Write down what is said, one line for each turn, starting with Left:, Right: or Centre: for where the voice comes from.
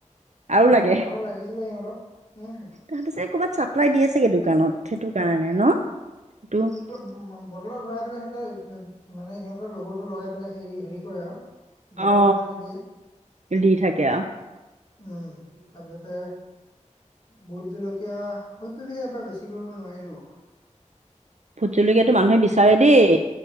Right: আৰু
Left: অ
Right: লাগে
Left: আৰু লাগিছিলে সিহঁতক। উম
Right: তাহাতি ছাগে কৰ'বাত চাপ্লাই দি আছে
Left: সেইটোৱে
Right: দোকানত সেইটো কাৰণে ন? সেইটো
Left: উ বটলত ভৰাই পেলাই সিহঁতে মানে সিহঁতৰ লগৰতটো লগাই পেলাই হে হেৰি কৰে আৰু দোকানে
Right: অ
Left: দোকানে দিয়ে।
Right: দি থাকে
Left: উম তাৰপিছতে ভোট জলকীয়া ভোট জলকীয়া এবাৰ বেছি কৰিব নোৱাৰিলোঁ।
Right: ভুট জলকীয়াতো মানুহে বিচাৰে দেই।